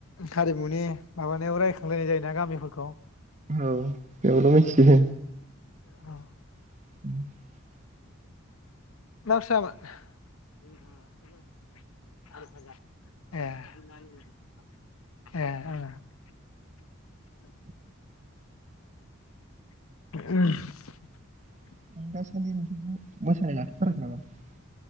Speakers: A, on the left; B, on the right.
A: हारिमुनि माबानायाव रायखांलायनाय जायोना गामिफोरखौ
B: औ एवल मिथि
A: औ
B: <inaudible>
A: <unintelligible> ए ए <inaudible>
B: <unintelligible>